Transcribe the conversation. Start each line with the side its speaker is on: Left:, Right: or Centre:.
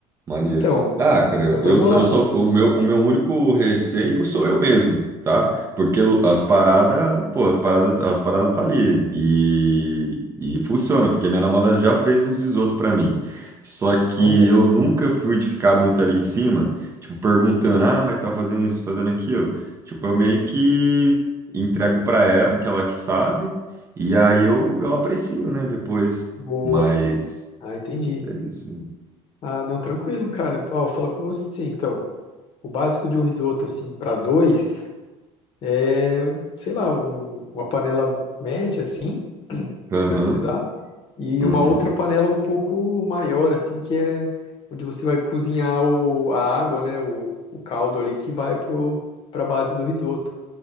Right: maneiro.
Left: Então,
Right: Ah, cara, eu,
Left: dá pra
Right: eu
Left: bolar.
Right: só, eu só- o meu, o meu único receio sou eu mesmo, tá? Porque eu- as paradas, pô, as paradas, as paradas tá ali e, e funciona, porque minha namorada já fez uns risoto pra mim. Só que
Left: Maneiro.
Right: eu nunca fui de ficar muito ali em cima, tipo, perguntando, ah, mas tá fazendo isso, fazendo aquilo. Tipo, eu meio que entrego pra ela, que ela que sabe, e aí eu, eu aprecio, né, depois.
Left: Boa.
Right: Mas
Left: Ah, entendi.
Right: é isso.
Left: Ah, não, tranquilo, cara. Ó, vou falar pra você, então. O básico de um risoto, assim, pra dois é, sei lá, um- uma panela média, assim, <clears throat>
Right: Aham.
Left: você vai precisar. E
Right: Uhum,
Left: uma outra panela um pouco maior, assim, que é onde você vai cozinhar o, a água, né? O, o caldo ali que vai pro, pra base do risoto.